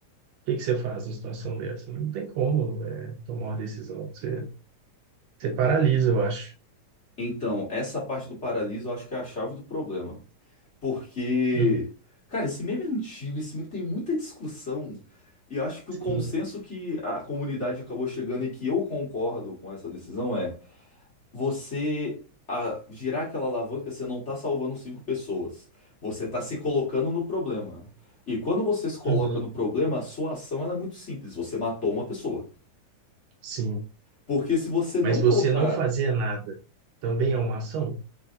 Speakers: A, on the right; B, on the left.
A: que que você faz numa situação dessa? Não tem como, é, tomar uma decisão. Você, você paralisa, eu acho.
B: Então, essa parte do paraliso eu acho que é a chave do problema. Porque,
A: Uhum.
B: cara, esse meme é antigo, esse meme tem muita discussão. E eu acho que o consenso
A: Sim.
B: que a comunidade acabou chegando e que eu concordo com essa decisão é. você a girar aquela alavanca, você não tá salvando cinco pessoas. Você tá se colocando no problema. E quando você se coloca
A: Uhum.
B: no problema, a sua ação ela é muito simples. Você matou uma pessoa.
A: Sim.
B: Porque se você não
A: Mas você
B: colocar
A: não fazer nada também é uma ação,